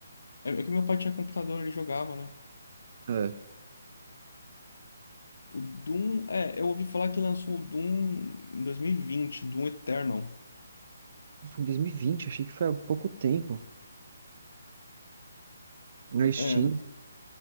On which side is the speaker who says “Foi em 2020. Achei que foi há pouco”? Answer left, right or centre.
Right